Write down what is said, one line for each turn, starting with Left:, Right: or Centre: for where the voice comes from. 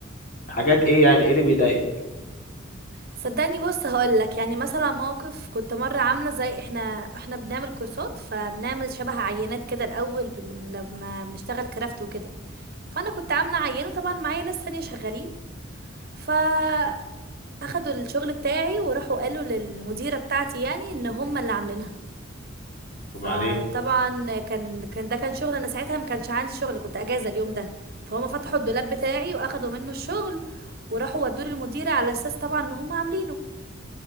Left: حاجات ايه يعني ايه اللي بيضايقك
Right: صدقني بص هقولك يعني مثلا موقف كنت مرة عاملة زي احنا احنا بنعمل كورسات فبنعمل شبه عينات كده الأول ب- لما بنشتغل كرافت وكده فأنا كنت عاملة عينة طبعا معايا ناس تانية شغالين فأخدوا الشغل بتاعي وراحوا قالوا للمديرة بتاعتي يعني ان هم اللي عاملينها
Left: وبعدين
Right: فطبعا كان كان ده كان شغل انا ساعتها ما كانش عندي شغل كنت اجازه اليوم ده فهم فتحوا الدولاب بتاعي واخدوا منه الشغل وراحوا ودوه للمديره على اساس طبعا ان هم عاملينه